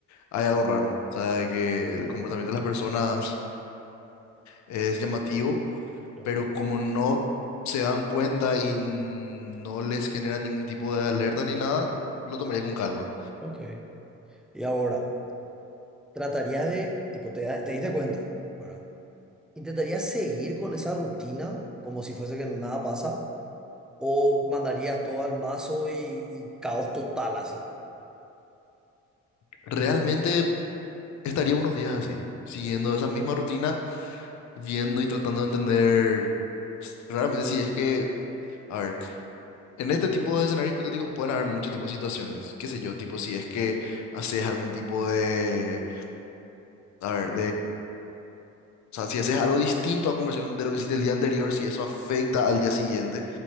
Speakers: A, on the left; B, in the centre.
A: hay algo raro. O sea, de que el comportamiento de las personas es llamativo
B: Ok,
A: pero como no se dan cuenta y no les genera ningún tipo de alerta ni nada, lo tomaría con calma.
B: ok. Y ahora, tratarías de, tipo, te, da- te diste cuenta, ¿verdad? ¿Intentarías seguir con esa rutina como si fuese que nada pasa? ¿O mandarías todo al mazo y, y caos total así?
A: Realmente estaría unos días así, siguiendo esa misma rutina, viendo y tratando de entender s- realmente si es que, a ver, en este tipo de escenarios hipotéticos pueden haber muchos tipos de situaciones, qué sé yo, tipo si es que haces algún tipo de, a ver, O sea, si haces algo distinto a conversión de lo que hiciste el día anterior, si eso afecta al día siguiente